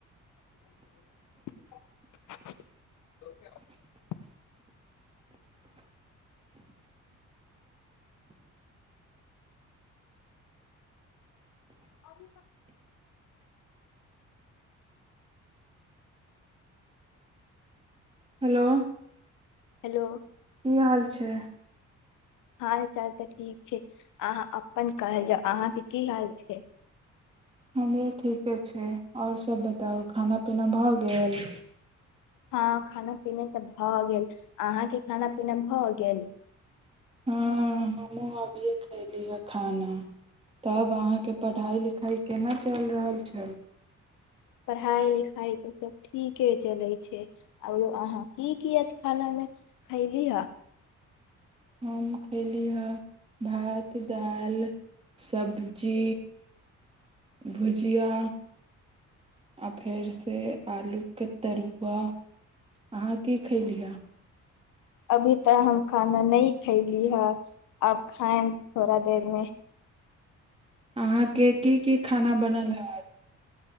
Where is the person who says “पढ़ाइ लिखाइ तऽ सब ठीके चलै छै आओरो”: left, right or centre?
Left